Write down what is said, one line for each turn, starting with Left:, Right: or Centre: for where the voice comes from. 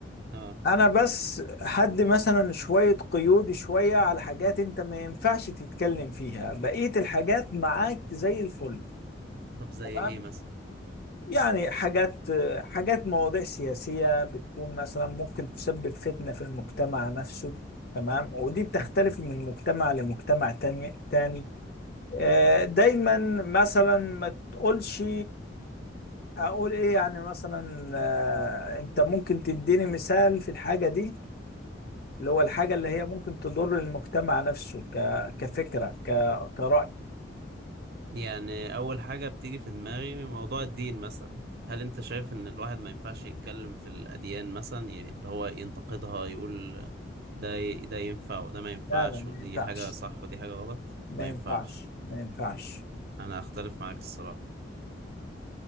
Right: اه
Left: انا بس حد مثلا شوية قيود شوية على حاجات انت ما ينفعش تتكلم فيها بقية الحاجات معاك زي الفل
Right: طب زي
Left: تمام
Right: ايه مثلا
Left: يعني حاجات حاجات مواضيع سياسية بتكون مثلا ممكن تسبب فتنة في المجتمع نفسه تمام ودي بتختلف من مجتمع لمجتمع تاني تاني آه، دايما مثلا ما تقولش اقول ايه يعني مثلا آه، انت ممكن تديني مثال في الحاجة دي اللي هو الحاجة اللي هي ممكن تضر المجتمع نفسه ك... كفكرة ك... كرأي
Right: يعني أول حاجة بتيجي في دماغي موضوع الدين مثلا هل أنت شايف إن الواحد ما ينفعش يتكلم في الأديان مثلا ي- اللي هو ينتقدها يقول ده ي- ده ينفع وده ما ينفعش
Left: لا لا ما
Right: ودي
Left: ينفعش
Right: حاجة صح ودي حاجة غلط
Left: ما
Right: ما ينفعش
Left: ينفعش ما ينفعش
Right: أنا أختلف معاك الصراحة